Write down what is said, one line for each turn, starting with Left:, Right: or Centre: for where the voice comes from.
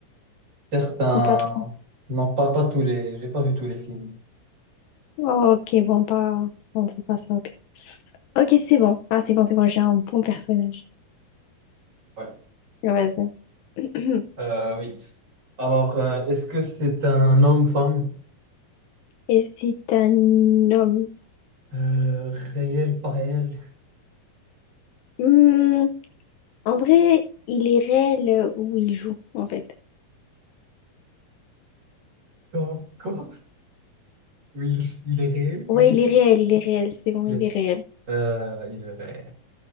Right: certains.
Left: Ou pas trop?
Right: Non, pas, pas tous les. J'ai pas vu tous les films.
Left: Ok, bon, pas... On fait pas ça, au pire. Ok, c'est bon. Ah, c'est bon, c'est bon, j'ai un bon personnage.
Right: Ouais.
Left: Vas-y. <clears throat>
Right: Euh, oui. Alors, euh, est-ce que c'est un homme, femme?
Left: Et c'est un homme.
Right: Euh, réel, pas réel?
Left: Hmm, en vrai, il est réel où il joue, en fait.
Right: Comment? Quoi? Oui, il il est réel,
Left: Ouais,
Right: oui.
Left: il est réel, il est réel, c'est bon,
Right: Il
Left: il
Right: est,
Left: est réel.
Right: euh, il est réel.